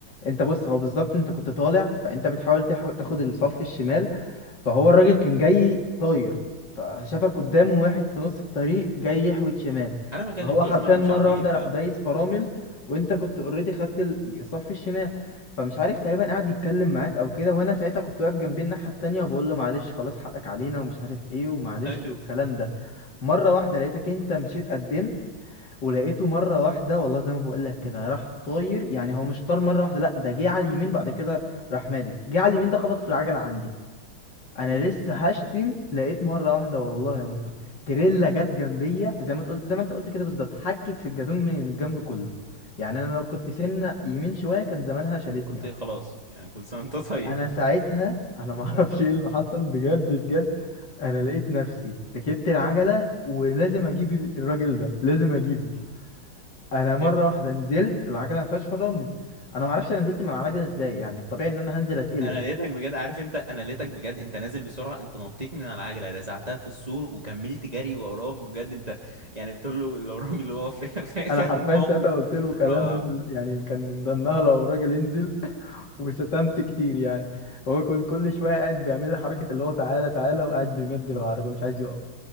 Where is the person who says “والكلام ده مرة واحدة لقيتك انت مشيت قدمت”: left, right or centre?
Left